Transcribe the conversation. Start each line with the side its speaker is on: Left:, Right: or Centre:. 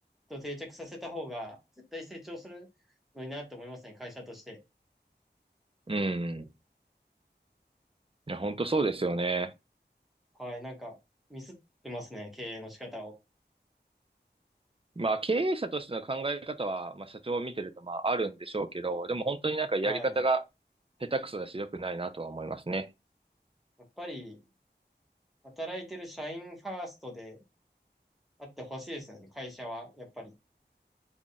Centre: と定着させた方が、絶対成長するのになって思いますね、会社として。
Right: うん。いや、本当そうですよね。
Centre: はい、なんか、ミスってますね、経営の仕方を。
Right: まあ、経営者としての考え方は、まあ、社長を見てると、まあ、あるんでしょうけど、でも本当になんかやり方が
Centre: はい。
Right: 下手くそだし、良くないなとは思いますね。
Centre: やっぱり、働いてる社員ファーストであってほしいですよね、会社は、やっぱり。